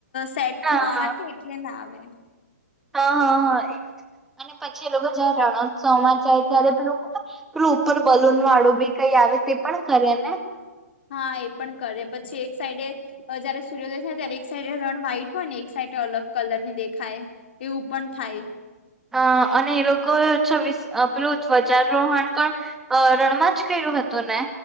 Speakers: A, on the left; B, in the centre.
A: સેટ
B: હા
A: થવા માટે એટલેના આવે
B: હા, હા, હા એ અને પછી એ લોકો જયારે રણોત્સવમાં જાય, ત્યારે પેું પેલું ઉપર બલુન વાળું બી કઈ આવે તે પણ કરે ને
A: હા, એ પણ કરે પછી, એક સાઈડે જયારે સૂર્યોદય થાય ત્યારે એક સાઈડે રણ વ્હાઈટ હોય, ને એક સાઈડ અલગ કલરની દેખાય, એવું પણ થાય
B: અ અને એ લોકોએ પેલું ધ્વજારોહણ, પણ રણમાં જ કર્યું હેતુ ને